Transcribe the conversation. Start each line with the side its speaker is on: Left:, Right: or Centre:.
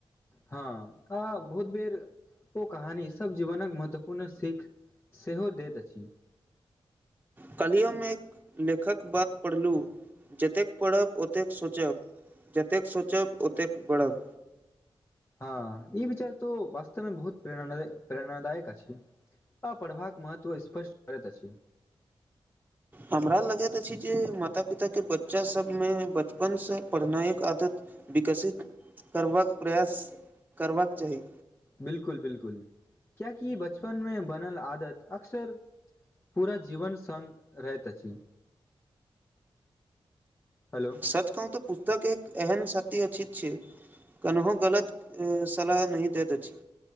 Left: हँ आ बहुत बेर ओ कहानी सभ जीवनक महत्वपूर्ण सीख सेहो दैत अछि। <inaudible>
Right: क्लहिमे एक लेखक बात पढ़लहुँ जतेक पढ़ब ओतेक सोचब जतेक सोचब ओतेक बढ़ब
Left: हँ ई विचार तो वास्तवमे बहुत प्र प्रेरणादायक अछि आ पढ़बाका महत्व स््पष्ट करैत छै
Right: हमरा लगैत अछि जे माता पिता के बच्चा सबमे ब बचपन से पढ़नायक आदत विकसित करबाक प्रयास करबाक चाही
Left: बिलकुल बिलकुल क्या कि बचपन में बनल आदत अक्सर पूरा जीवन सङ्ग रहैत अछि हेलो
Right: सच कहू तऽ पुस्तक एक एहन सत्य अ अछि छै कन्हो गलत ए सलाह न देत अछि